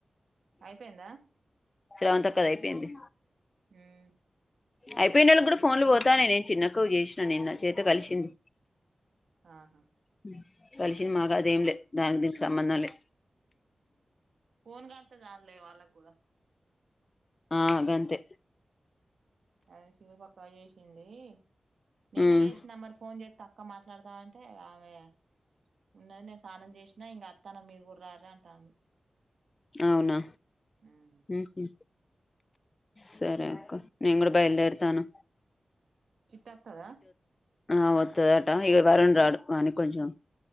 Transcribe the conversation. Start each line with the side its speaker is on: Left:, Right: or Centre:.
Right: అయిపోయిందా.
Left: స్రవంత అక్కది అయిపోయింది.
Right: హ్మ్
Left: అయిపోయిన వాళ్ళకి కూడా ఫోన్ లు పోతానయ్ నేను చిన్నక్క చేసిన నిన్న చేతే కలిసింది.
Right: ఆహా
Left: ఉ కలిసింది మాగాదేంలే దానికి దీనికి సంబంధంలే
Right: ఫోన్ కల్తే చాలే వాళ్ళకి కూడా
Left: ఆ గంతే
Right: అది సురుపక్క చేసింది నేనే
Left: ఉమ్
Right: చేసిన మరి ఫోన్ చే తక్కువ మాట్లాడతావంటే ఆమె ఉన్నది నేను స్నానం చేసినా ఇంకా తను మీరు కూడా రారా అంటాంది.
Left: అవునా
Right: ఉమ్
Left: ఉహు సరే అక్క నేను కూడా బయలుదేరతాను
Right: చిట్టి అత్తాదా
Left: ఆ ఒత్తదటా ఈ వారం రాడు. వానికి కొంచెం